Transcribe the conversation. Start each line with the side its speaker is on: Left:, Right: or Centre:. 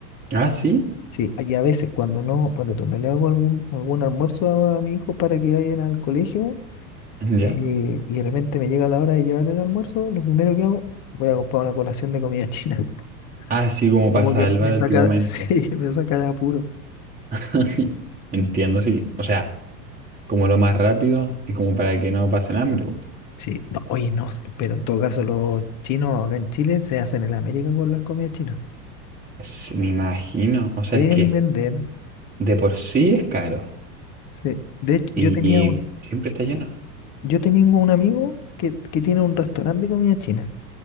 Right: Ah, sí,
Left: Sí, y a veces cuando no, cuando tú no le hago algún, algún almuerzo a, a mi hijo para que vayan al colegio,
Right: ya.
Left: eh, y de repente me llega la hora de llevar el almuerzo, lo primero que hago, voy a comprar una colación de comida china. <laughs>
Right: Así como para
Left: Como
Right: salvar
Left: que me
Right: al
Left: saca,
Right: tío momento.
Left: <laughs> sí, me saca de apuro.
Right: <laughs> Entiendo, sí. O sea, como lo más rápido y como para que no pasen hambre. po.
Left: Sí, no, oye, no, pero en todo caso los chinos acá en Chile se hacen en América con las comidas chinas.
Right: Es- me imagino. O sea,
Left: Deben
Right: es que
Left: vender.
Right: de por sí es caro
Left: Sí. De hecho,
Right: y,
Left: yo tenía un,
Right: y siempre está lleno.
Left: Yo tengo un amigo que, que tiene un restaurante de comida china.